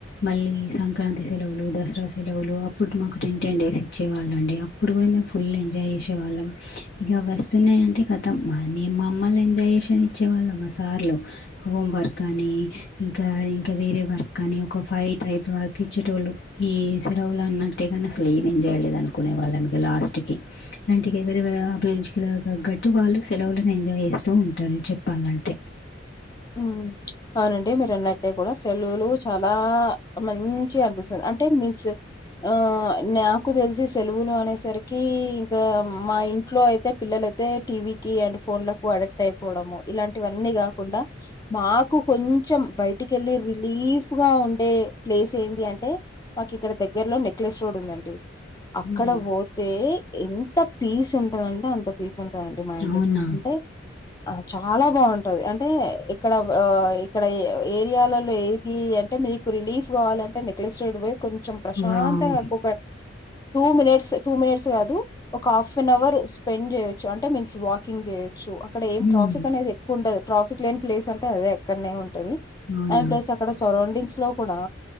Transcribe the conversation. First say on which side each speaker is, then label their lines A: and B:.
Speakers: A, on the left (about 55°); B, on the left (about 20°).
A: మళ్ళీ సంక్రాంతి సెలవులు, దసరా సెలవులు, అప్పుడు మాకు టెన్, టెన్ డేస్ ఇచ్చే వాళ్ళ అండి అప్పుడు కూడా మేము ఫుల్ ఎంజాయ్ చేసేవాళ్ళం ఈగ వస్తున్నాయి అంటే కతం మేము మా అమ్మల్ని ఎంజాయ్ చేషన్ ఇచ్చే ళ మా సార్లు, హోమ్ వర్క్ అని ఇంకా, ఇంకా వేరే వర్క్ కానీ ఒక ఫైట్ అయి వర్క్ ఇచ్చేటోళ్ళు ఈ సెలవులు అన్నట్టే కానీ అసలు ఏం ఎంజాయలేదు అనుకునే వాళ్ళం ఈగ లాస్ట్ అంటికి ఎవర అభిరుచికి తగ్గట్టు వాళ్ళు సెలవులను ఎంజాయ్ చేస్తూ ఉంటారు చెప్పాలి వాళ్ళంటే
B: ఉ అవునండి మీరు అన్నట్టే కూడా సెలవులు చాలా మంచి అనిపిస్తుంది అంటే మీన్స్ ఆ నాకు తెలిసి సెలవులు అనేసరికి.... ఈగ మా ఇంట్లో అయితే పిల్లలు అయితే టీవీ అండ్ ఫోన్లకు అడిక్ట్ అయిపోవడము ఇలాంటివన్నీ కాకుండా మాకు కొంచెం బయటికి వెళ్ళి రిలీఫ్గా ఉండే ప్లేస్ ఏంది అంటే మాకు ఇక్కడ దగ్గరలో నెక్లెస్ రోడ్ ఉందండి. అక్కడ
A: హ్మ్.
B: పోతే.. ఎంత పీస్ ఉంటదంటే అంత పీస్ ఉంటు. మా ఇంట్
A: అవునా
B: అంటే ఆ చాలా బాగుంటది అంటే. ఇక్కడ, ఇక్కడ ఏరియాలో యాంటీ అంటే మీకు రిలీఫ్ కావాలింటే నెక్లెస్టెడ్ వై్ కొంచెం ప్రశాంతంగా
A: వావ్
B: ఎక్కువగా టూ మినిట్స్, టూ మినిట్స్ కాదు ఒక హాఫ్ అన్ అవర్ స్పెండ్ చేయొచ్చు అంటే మీన్స్ వాకింగ్ చేయొచ్చు. అక్కడ ఏం
A: హ్మ్
B: ట్రాఫిక్ అనేది ఎక్కు ఉండదు ట్రాఫిక్ లేని ప్లేస్ అంటే అదే ఎక్కడనే ఉంది. ది
A: అవునా
B: అండ్ ప్లస్ అక్కడ సరౌండింగ్స్ లో కూడా.